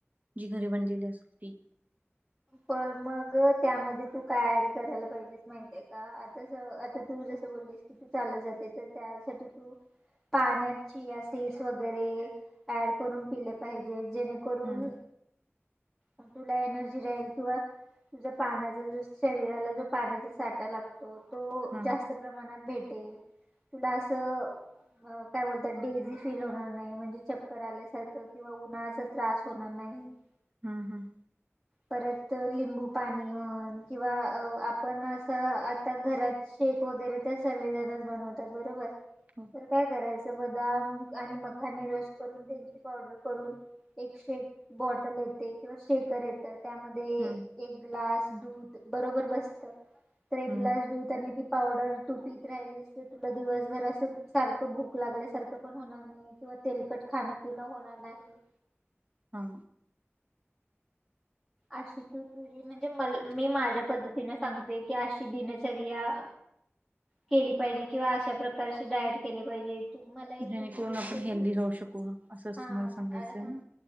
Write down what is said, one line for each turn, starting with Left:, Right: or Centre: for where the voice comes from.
Right: जी घरी बनलेली असती.
Centre: पण मग त्यामध्ये तू काय ऍड करायला पाहिजे? माहित आहे का. आता आता तू जस बोललीस की तू चालत जाते तर त्यासाठी तू पाण्यात चिया सिड्स वगैरे ऍड करून पिल पाहिजे. जेणेकरून
Right: हम्म
Centre: तुला एनर्जी राहील किंवा तुझ्या पाण्याचा जस शरीराला जो पाण्याचा साठा लाग तो. तो
Right: हा
Centre: जास्त प्रमाणात भेटेल तुला असं. अ काय बोलतात डेझी फील होणार नाही. म्हणजे चक्कर आल्यासारखं किंवा उन्हाळ्या चा त्रास होणार नाही.
Right: हम हम.
Centre: परत लिंबू पाणी म्हण. किंवा आपण असं आता घरात शेक वगैरे तर सर्वजणच बनवतात बरोबर.
Right: हो
Centre: तर काय करायचं. बदाम आणि मखानी रेस्ट करून त्यांची पावडर करून एक शेक बॉटल येते किंवा शेकर येतं त्यामध्ये
Right: हम्म
Centre: एक ग्लास दूध बरोबर बसत. तर एक
Right: हम्म
Centre: ग्लास दूध आणि ती पावडर तू पीत राहिलीस अस तुला दिवसभर असं सारखं भूक लागल्यासारखं पण होणार नाही. किंवा तेलकट खाणं पिणं होणार नाही.
Right: हा.
Centre: अशी तू तुझी म्हणजे म मी माझ्या पद्धतीनें सांगते की अशी दिनचर्या केली पाहिजे किंवा अशा प्रकारचे डायट केली पाहिजे. मला एक
Right: जेणेकरून
Centre: बीटरूटचा
Right: आपण
Centre: ज्यूस
Right: हेल्दी राहू शकू. असंच
Centre: हा
Right: तुम्हाला सांगायचं
Centre: हा
Right: आहे ना.